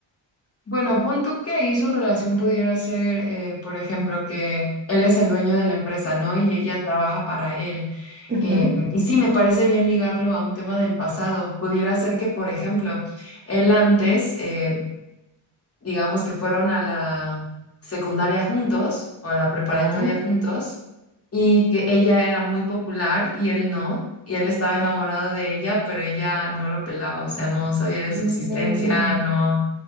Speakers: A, on the left; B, on the right.
A: Bueno, pon tú que ahí su relación pudiera ser, eh, por ejemplo, que él es el dueño de la empresa, ¿no? Y ella trabaja para él.
B: Ujú.
A: Eh, y sí, me parece bien ligarlo a un tema del pasado. Pudiera ser que, por ejemplo, él antes, eh, digamos que fueron a la secundaria juntos o a la preparatoria
B: Ya.
A: juntos y que ella era muy popular y él no, y él estaba enamorado de ella, pero ella no lo pelaba, o sea, no sabía de
B: Mm.
A: su existencia, no,